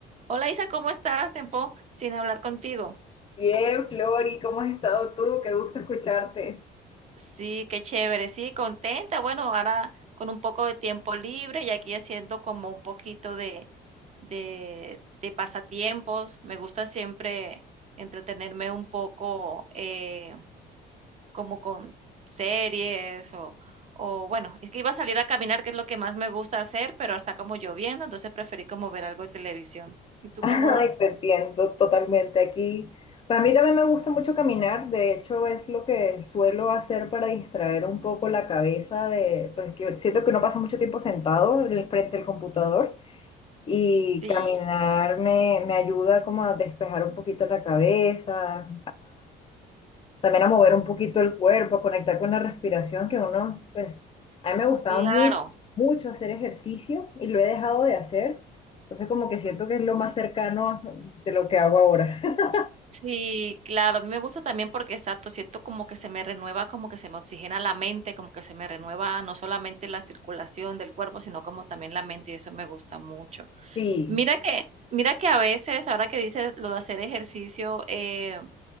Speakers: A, on the right; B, on the left.
A: Hola Isa, ¿cómo estás? Tiempo sin hablar contigo.
B: Bien, Flori, ¿cómo has estado tú? Qué gusto escucharte.
A: Sí, qué chévere, sí, contenta. Bueno, ahora con un poco de tiempo libre y aquí haciendo como un poquito de, de, de pasatiempos. Me gusta siempre entretenerme un poco eh, como con series o, o bueno, es que iba a salir a caminar, que es lo que más me gusta hacer, pero está como lloviendo, entonces preferí como ver algo de televisión.
B: <laughs>
A: ¿Y tú
B: Ay,
A: cómo vas?
B: te entiendo totalmente aquí. Para mí también me gusta mucho caminar, de hecho es lo que suelo hacer para distraer un poco la cabeza de, pues que siento que uno pasa mucho tiempo sentado en el frente del computador y
A: Sí,
B: caminar me, me ayuda como a despejar un poquito la cabeza, También a mover un poquito el cuerpo, a conectar con la respiración, que uno, pues, a mí me gustaba
A: claro.
B: mucho, mucho hacer ejercicio y lo he dejado de hacer. Entonces como que siento que es lo más cercano de lo que hago ahora. <laughs>
A: Sí, claro, a mí me gusta también porque, exacto, siento como que se me renueva, como que se me oxigena la mente, como que se me renueva no solamente la circulación del cuerpo, sino como también la mente, y eso me gusta mucho.
B: Sí.
A: Mira que mira que a veces, ahora que dices lo de hacer ejercicio, eh,